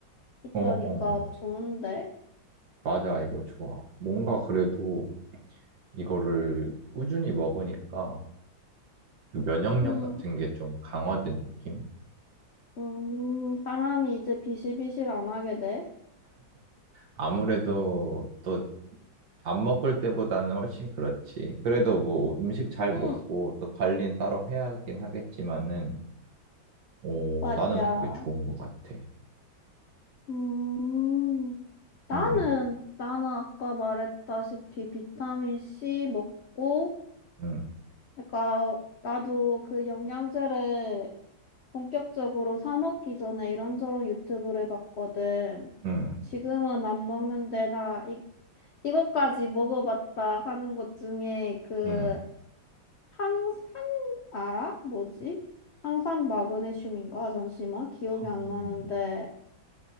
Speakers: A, on the left; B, on the right.
A: 있다니까
B: 어, 어.
A: 좋은데.
B: 맞아, 이거 좋아. 뭔가 그래도 이거를 꾸준히 먹으니까 그 면역력
A: 응.
B: 같은 게 좀 강화된 느낌?
A: 음, 사람이 이제 비실비실 안 하게 돼.
B: 아무래도 또 안 먹을 때보다는 훨씬 그렇지. 그래도 뭐 음식 잘
A: 응,
B: 먹고 또 관리는 따로 해야 하긴 하겠지만은, 오,
A: 맞아.
B: 나는 되게 좋은 것 같아.
A: 음, 나는,
B: 음,
A: 나는 아까 말했다시피 비타민 C 먹고,
B: 음,
A: 그러니까 나도 그 영양제를 본격적으로 사 먹기 전에 이런저런 유튜브를 봤거든.
B: 음,
A: 지금은 안 먹는데 나 이, 이것까지 먹어봤다 하는 것 중에 그
B: 음.
A: 항산 알아? 뭐지? 항산 마그네슘인가? 잠시만 기억이
B: 황,
A: 안 나는데